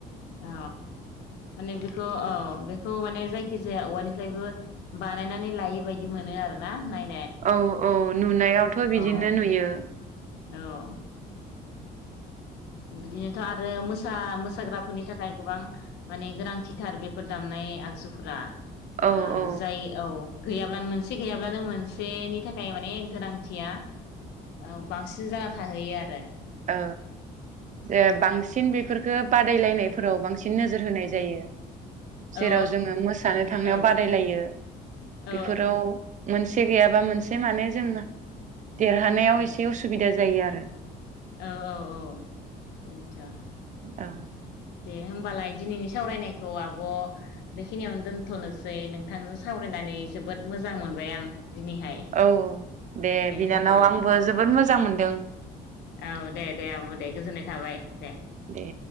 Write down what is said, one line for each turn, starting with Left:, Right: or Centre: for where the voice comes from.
Left: अ माने बेखौ अ बेखौ माने जायखिजाया औवानिफ्रायबो बानायनानै लायो बायदि मोनो आरोना नाय
Right: औ औ नुनायावथ बिदिनो
Left: औ
Right: नुयो
Left: औ बिदिनोथ आरो मोसा मोसाग्राफोरनि थाखाय गोबां माने गोनांथिथार बेफोर दामनाय आगजुफोरा।
Right: औ
Left: ओ
Right: औ
Left: जाय औ गैयाब्लानो मोनसे गैयाब्लानो मोनसेनि थाखाय माने गोनांथिया औ बांसिन जाना थाहैयो आरो।
Right: ओ जे बांसिन बेफोरफोरखो बादायलायनायफोराव बांसिन नोजोर होनाय जायो। जेराव
Left: औ
Right: जोङो मोसानो थांनायाव
Left: औ
Right: बादायलायो
Left: औ
Right: बेफोराव मोनसे गैयाबा मोनसे माने जों देरहानायाव
Left: औ
Right: एसे उसुबिदा जायो आरो। <inaudible>
Left: औ औ औ बेनोथ'
Right: औ
Left: दे होमबालाय दिनैनि सावरायनायखौ आब बेखिनियावनो दोनथनोसै नोंथांजों सावरायनानै, जोबोद मोजां मोनबाय आं। दिनैहाय
Right: औ दे बिनानाव
Left: होमब्लालाय
Right: आंबो
Left: आब'
Right: जोबोद मोजां मोनदों। <inaudible>
Left: औ दे दे आब दे गोजोननाय थाबाय दे।
Right: दे